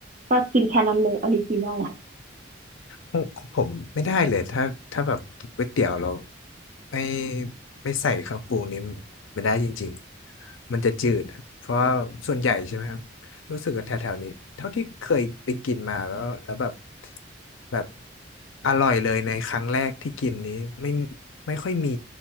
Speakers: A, on the right; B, on the left.
A: ก็กินแค่นั้นเลยออริจินอล
B: ผมผมไม่ได้เลยถ้าถ้าแบบกินก๋วยเตี๋ยวเราไม่ไม่ใส่เครื่องปรุงนี้มันได้จริงๆมันจะจืดเพราะว่าส่วนใหญ่ใช่ไหมครับรู้สึกว่าแถวๆนี้เท่าที่เคยไปกินมาแล้วแล้วแบบแบบอร่อยเลยในครั้งแรกที่กินนี้ไม่ไม่ค่อยมี